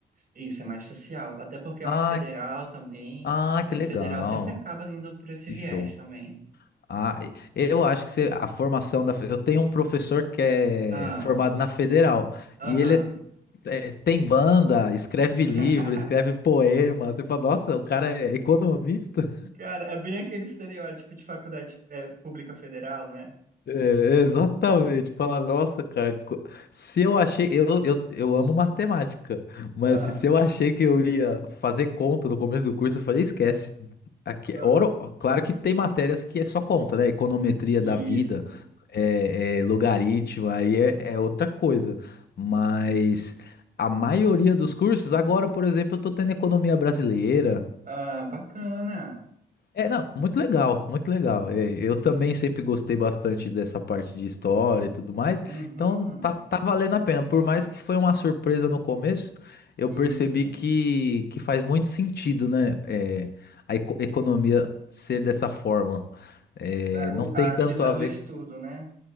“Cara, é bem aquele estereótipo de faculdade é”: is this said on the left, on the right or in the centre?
Right